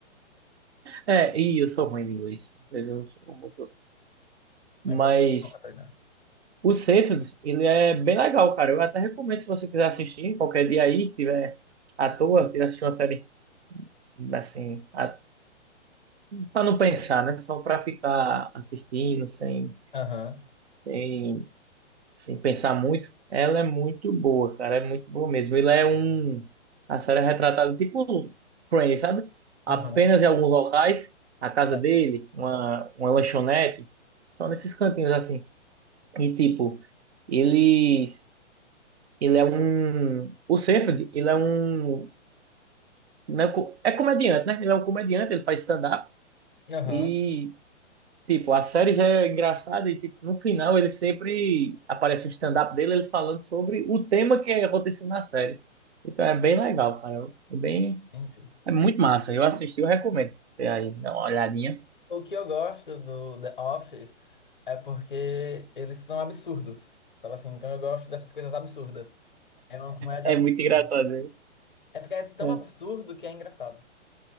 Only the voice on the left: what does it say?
Mas é muito bom pra treinar.
Aham.
Aham.
É.
Aham.
Entendi.
O que eu gosto do The Office é porque eles são absurdos, sabe assim? Então eu gosto dessas coisas absurdas. É uma comédia
absurda.
É porque é tão
absurdo que é engraçado.